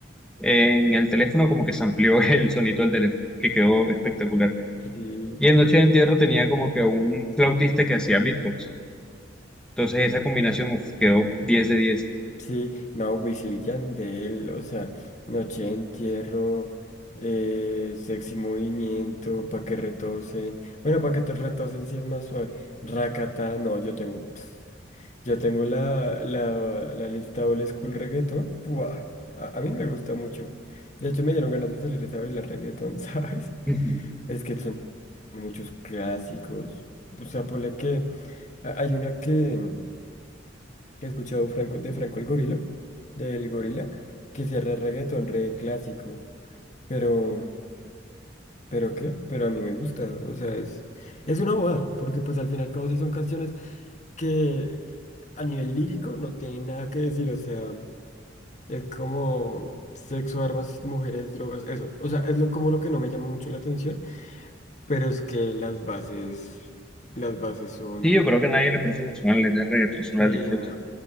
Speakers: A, in the centre; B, on the left.
A: en el teléfono como que amplió <laughs> el sonido del teléfono, que quedó espectacular.
B: Sí.
A: Y en Noche de Entierro tenía como que un flautista que hacía beatbox. Entonces esa combinación uf, quedó 10 de 10.
B: Sí, no, Wisin y Yandel, o sea, Noche de Entierro, eh, Sexy Movimiento, Pa' que retosen. Bueno, Pa' que te retosen si es más suave. Rakata, no, yo tengo. pf, yo tengo la, la, la lista Old School Reggaeton. buah, A, a mí me gusta mucho. De hecho, me dieron ganas de salir esa bailar reggaeton, <laughs> ¿sabes?
A: Sí,
B: Es que son muchos clásicos. O sea, ponle que a- hay una que que he escuchado Franco, de Franco el Gorila, del Gorila, que cierra reggaetón re clásico. Pero, ¿pero qué? Pero a mí me gusta, o sea, es, es una bobada, porque pues al final y al cabo sí son canciones que a nivel lírico no tienen nada que decir, o sea, es como sexo, armas, mujeres, drogas, eso. O sea, es lo, como lo que no me llama mucho la atención, pero es que las bases, las bases son...
A: yo creo que nadie le presta atención a las letras de reggaetón, solo
B: Sí,
A: las disfruta.
B: no,